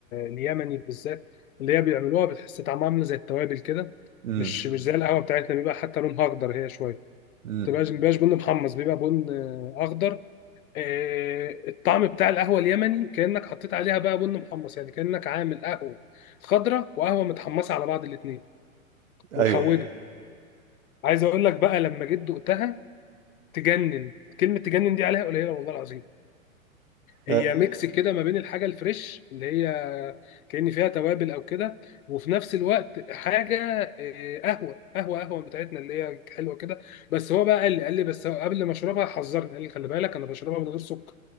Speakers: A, on the left; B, on the right.
A: اليمني بالذات اللي هي بيعملوها بتحس طعمها عامل زي التوابل كده
B: امم
A: مش مش زي القهوه بتاعتنا بيبقى حتى لونها اخضر هي شويه ما
B: امم.
A: بتبقاش ما بيبقاش بن محمص بيبقى بن آه، اخضر آه، الطعم بتاع القهوه اليمني كانك حطيت عليها بقى بن محمص يعني كانك عامل قهوه خضراء وقهوه متحمصه على بعض الاثنين ومحوجه
B: ايوه
A: عايز اقول لك بقى لما جيت دقتها تجنن كلمه تجنن دي عليها قليله والله العظيم هي
B: أه،
A: ميكس كده ما بين الحاجه الفريش اللي هي كأن فيها توابل او كده وفي نفس الوقت حاجه آه، قهوه قهوه قهوه بتاعتنا اللي هي حلوه كده بس هو بقى قال لي قال لي بس هو قبل ما اشربها حذرني قال لي خلي بالك انا بشربها من غير سكر